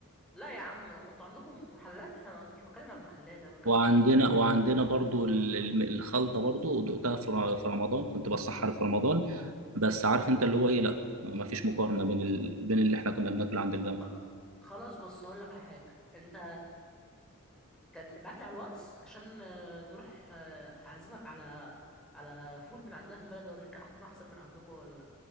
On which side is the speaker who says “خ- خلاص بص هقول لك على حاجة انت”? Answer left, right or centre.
Centre